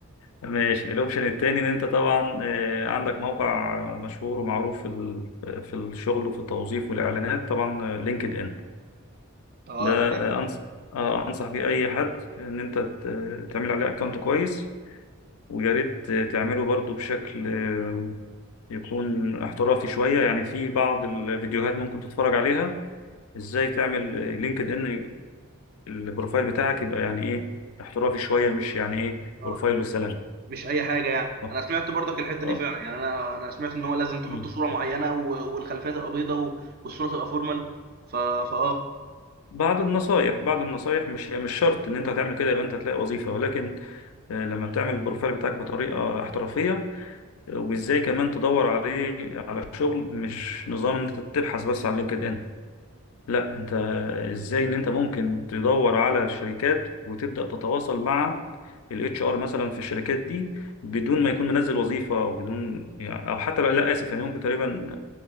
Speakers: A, on the left; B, on the right.
A: ماشي الاوبشن التاني ان انت طبعا آه، عندك موقع مشهور ومعروف في ال- في الشغل وفي التوظيف والاعلانات طبعا آه، لينكد ان
B: اه
A: ده آه،
B: تمام
A: أنص... آه، أنصح بيه أي حد إن أنت ت- تعمل عليه أكونت كويس ويا ريت تعمله برضو بشكل آه، يكون احترافي شوية يعني في بعض الفيديوهات ممكن تتفرج عليها إزاي تعمل لينكد إن البروفايل بتاعك يبقى يعني إيه احترافي شوية مش يعني إيه
B: اه
A: بروفايل وسلام
B: مش اي حاجه يعني
A: آه،
B: انا سمعت برضك الحته
A: آه.
B: دي فعلا يعني انا انا سمعت ان هو لازم تحط
A: مم.
B: صوره معينه و- والخلفيه تبقى بيضه و- والصوره تبقى فورمال ف فاه
A: بعض النصايح بعض النصايح مش مش شرط إن أنت هتعمل كده يبقى أنت هتلاقي وظيفة ولكن آه، لما بتعمل البروفايل بتاعك بطريقة احترافية وازاي كمان تدور عليه على شغل مش نظام ان انت تبحث بس على لينكد ان لا انت ازاي ان انت ممكن تدور على شركات وتبدا تتواصل مع الاتش ار مثلا في الشركات دي بدون ما يكون منزل وظيفه او بدون يعني او حتى لا, لا اسف يعني ممكن تقريبا